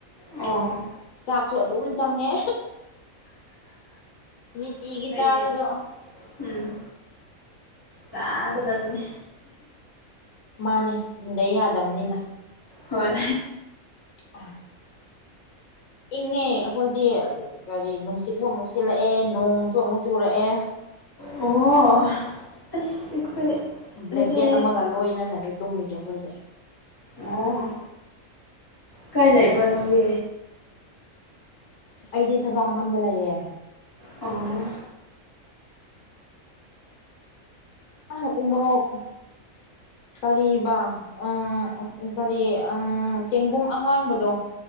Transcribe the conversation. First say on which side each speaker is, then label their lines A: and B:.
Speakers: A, on the left; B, on the left.
A: ꯑꯣ
B: ꯆꯥꯛꯁꯨ ꯑꯗꯨꯝ ꯆꯪꯉꯦ ꯅꯤꯇꯤꯒꯤ
A: ꯍꯣꯏꯅꯦ
B: ꯆꯥꯔꯁꯨ
A: ꯎꯝ ꯆꯥꯒꯗꯕꯅꯦ
B: ꯃꯥꯅꯦ ꯍꯤꯡꯗ ꯌꯥꯗꯝꯅꯤꯅ
A: ꯍꯣꯏ
B: ꯑ ꯏꯪꯉꯦ ꯑꯩꯈꯣꯏꯗꯤ ꯀꯔꯤ ꯅꯨꯡꯁꯤꯠꯁꯨ ꯑꯃꯨꯛ ꯁꯤꯜꯂꯛꯑꯦ ꯅꯣꯡꯁꯨ ꯑꯃꯨꯛ ꯆꯨꯔꯛꯑꯦ
A: ꯑꯣ ꯑꯁ ꯑꯩꯈꯣꯏ ꯑꯗꯨꯗꯤ
B: ꯕ꯭ꯂꯦꯡꯀꯦꯠ ꯑꯃꯒ ꯂꯣꯏꯅꯅꯅꯦ ꯇꯨꯝꯃꯤꯁꯦ ꯑꯩꯈꯣꯏꯗꯤ
A: ꯑꯣ ꯀꯥꯏ ꯂꯩꯕ꯭ꯔꯣ ꯅꯪꯗꯤ
B: ꯑꯩꯗꯤ ꯊꯕꯛ ꯃꯐꯝꯗ ꯂꯩꯌꯦ
A: ꯑꯣ
B: ꯑꯍ ꯎꯣꯔꯣꯛ ꯀꯔꯤꯕ ꯎꯝ ꯀꯔꯤ ꯎꯝ ꯆꯦꯡꯒꯨꯝ ꯑꯉꯥꯡꯕꯗꯣ